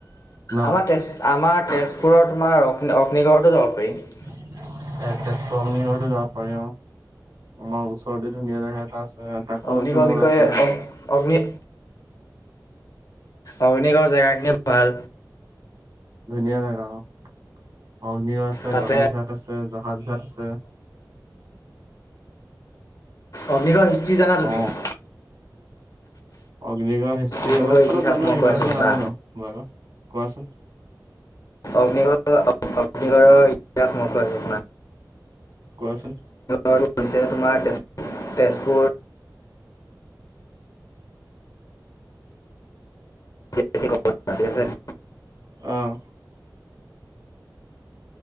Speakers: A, on the right (about 80°); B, on the left (about 50°).
A: ন
B: আমাৰ তেজ আমাৰ তেজপুৰত তোমাৰ অগ্নি অগ্নিগড়তো যাব পাৰিম।
A: এ তেজপুৰ অগ্নিগড়টো যাব পাৰি অ আমাৰ ওচৰতে ধুনীয়া জেগা এটা আছে। অ তাকো
B: অগ্নিগড়ৰ
A: নতুন বনাই
B: বিষয়ে
A: আছে নাই
B: অগ-
A: এতিয়া।
B: অগ্নি। অগ্নিগড় জেগাখিনি ভাল।
A: ধুনীয়া জেগা অ'। অগ্নিগড় আছে,
B: তাতে
A: গণেশ ঘাট আছে জাহাজ ঘাট আছে।
B: অগ্নিগড়ৰ হিষ্ট্ৰী জানা তুমি?
A: অ অগ্নিগড়ৰ হিষ্ট্ৰী
B: অগ্নিগড়
A: অলপ চলপ
B: ইতিহাস
A: জানোঁ
B: মই
A: সিমান
B: কৈ আছো
A: এটা
B: শুনা
A: নাজানো বাৰু কোৱাচোন।
B: অগ্নিদ <unintelligible> অগ্নিগড়ৰ ইতিহাস মই কৈ আছো শুনা।
A: কোৱাচোন।
B: আৰু হৈছে তোমাৰ তেজ-তেজপুৰ <unintelligible>
A: অ'।